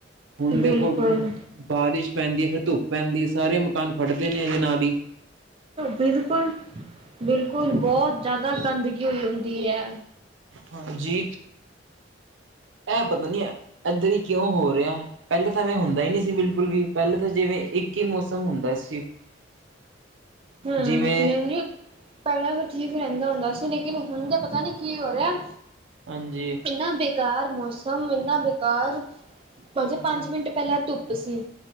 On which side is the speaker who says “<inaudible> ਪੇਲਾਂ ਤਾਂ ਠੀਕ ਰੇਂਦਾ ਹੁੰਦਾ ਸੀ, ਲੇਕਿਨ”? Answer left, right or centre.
Right